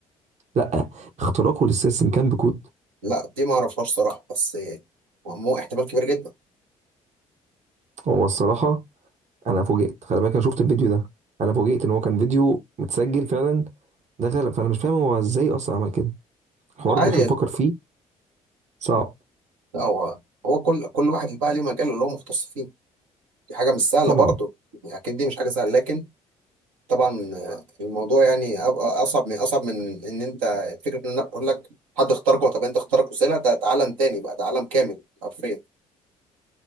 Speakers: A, on the right; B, on the right.
A: لا اختراقه للسيستم كان بكود
B: لا دي ما اعرفهاش صراحه بس آه، مو احتمال كبير جدا
A: هو الصراحه انا فوجئت خلي بالك انا شفت الفيديو ده انا فوجئت ان هو كان فيديو متسجل فعلا دخل فانا مش فاهم هو ازاي اصلا عمل كده الحوار
B: عادي
A: بيحاول
B: يعني
A: يفكر فيه صعب
B: لا هو هو كل كل واحد بقى ليه مجاله اللي هو مختص فيه دي حاجة مش سهلة
A: طبعا
B: برضه يعني أكيد دي مش حاجة سهلة لكن طبعا آه، الموضوع يعني أ- أ- أصعب من أصعب من إن أنت فكرة إن أنا أقول لك حد اختارك طب أنت اختارك وسيلة ده ده عالم تاني بقى ده عالم كامل حرفيا